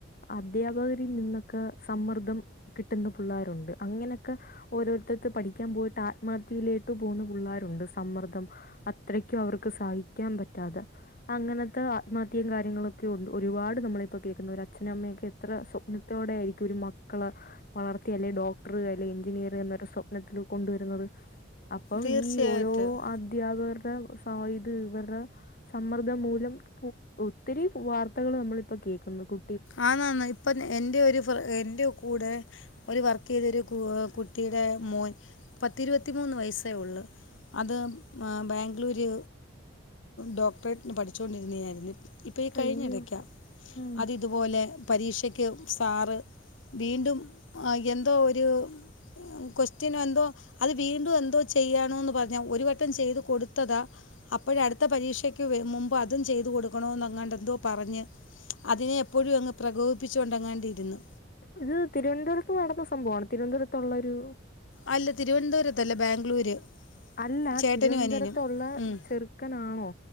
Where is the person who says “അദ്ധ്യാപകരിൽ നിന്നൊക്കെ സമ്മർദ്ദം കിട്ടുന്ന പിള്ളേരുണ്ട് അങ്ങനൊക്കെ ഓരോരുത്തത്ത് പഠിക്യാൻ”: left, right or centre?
Left